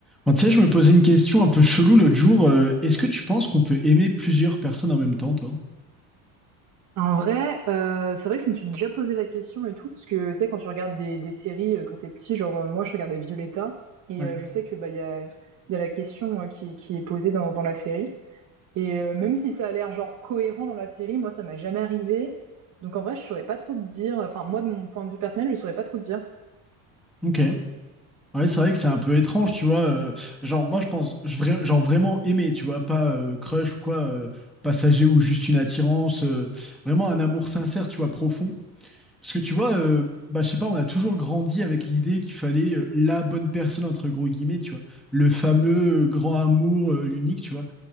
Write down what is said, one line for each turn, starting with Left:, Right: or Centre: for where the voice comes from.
Centre: Bon, tu sais, je me posais une question un peu chelou l'autre jour. euh, est-ce que tu penses qu'on peut aimer plusieurs personnes en même temps, toi?
Right: En vrai, euh, c'est vrai que je me suis déjà posé la question et tout, parce que tu sais, quand tu regardes des, des séries euh, quand t'es petit, genre euh, moi je regardais Violetta, et
Centre: Ouais.
Right: euh, je sais que bah il y a, il y a la question euh, qui, qui est posée dans, dans la série. Et euh, même si ça a l'air genre cohérent dans la série, moi ça m'est jamais arrivé. Donc en vrai, je saurais pas trop te dire, enfin moi de mon point de vue personnel, je saurais pas trop te dire.
Centre: Ok. Ouais, c'est vrai que c'est un peu étrange, tu vois. euh, genre, moi, je pense, je vra- genre vraiment aimer, tu vois, pas euh, crush ou quoi, euh, passager ou juste une attirance, euh, vraiment un amour sincère, tu vois, profond. Parce que tu vois, euh, bah, je sais pas, on a toujours grandi avec l'idée qu'il fallait euh, la bonne personne, entre gros guillemets, tu vois. Le fameux euh, grand amour, euh, l'unique, tu vois.